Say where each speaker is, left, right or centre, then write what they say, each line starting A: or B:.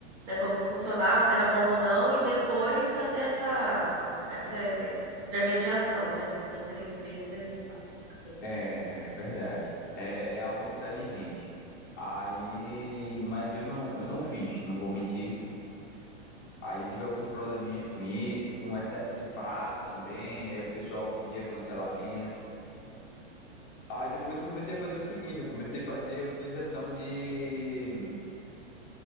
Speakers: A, on the right; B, on the left.
A: né, como que funcionava, se era bom ou não, e depois fazer essa, essa é, intermediação, né, entre a empresa e, e cliente.
B: é, é verdade. É, é algo inteligente. Aí, mas eu não, eu não fiz, não vou mentir. Aí eu tive alguns probleminhas com isso, com excesso de prazo também. Aí o pessoal pedia cancelamento. Aí depois eu comecei a fazer o seguinte, eu comecei a fazer a utilização de